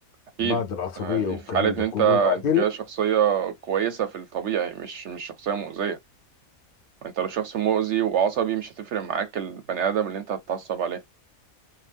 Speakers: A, on the right (about 65°); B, on the left (about 55°).
A: اكيد
B: بعد العصبيه
A: آه، دي
B: والكلام
A: في حالة ان
B: ده
A: انت
B: كله وبعدين
A: انت كده شخصية كويسة في الطبيعي مش مش شخصية مؤذية ما انت لو شخص مؤذي وعصبي مش هتفرق معاك البني ادم اللي انت هتتعصب عليه